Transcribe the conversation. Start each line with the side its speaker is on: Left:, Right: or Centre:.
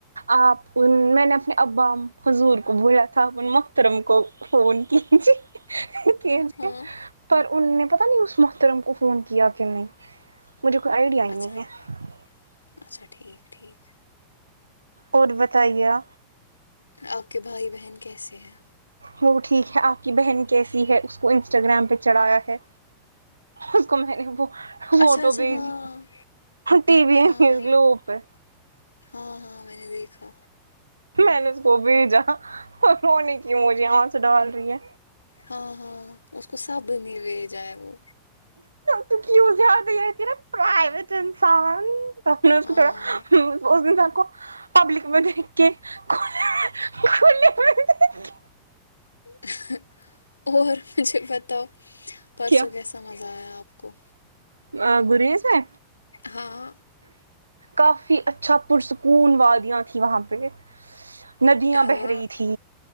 Right: آپ ان میں نے اپنے ابا حضور کو بولا تھا اپن مح ترم کو فون کیجے کی
Left: ہاں
Right: پر انہوں نے پتہ نہیں اس محترم کو فون کیا کی نہیں مجھے کوئی آئیڈیا ہی
Left: اچھا
Right: نہیں ہے
Left: اچھا ٹھیک ٹھیک
Right: اور بتائیے آپ
Left: آپ کے بھائی بہن کیسے ہیں
Right: ہاں وہ ٹھیک ہے آپ کی بہن کیسی ہے اس کو انسٹاگرام پے چڑھایا ہے اس کو میں نے وہ فوٹو
Left: اچھا اچھا
Right: بھیجی
Left: ہاں
Right: ٹی وی
Left: ہاں
Right: گلو ہے اوپ ہے
Left: ہاں ہاں میں نے دیکھا
Right: میں نے اس کو بھیجا اور رونے کی مجھے آنسو ڈال رہی ہے
Left: ہاں ہاں اس کو سب نے بھیجا ہے وہ
Right: تو کیوں پرائیویٹ انسان <unintelligible> آپ نے اس
Left: ہاں
Right: کو چھوڑا اس انسان کو پبلک میں دیکھ کے کھلے میں دیکھ کے
Left: اں ہے اور مجھے بتاؤ پڑسوں
Right: کیا
Left: کیسا مزہ آیا آپ کو
Right: اں گریز ہے
Left: ہاں
Right: کافی اچھا پرسکون وادیاں تھی وہاں پہ ندیاں
Left: ہاں
Right: بہہ رہی تھی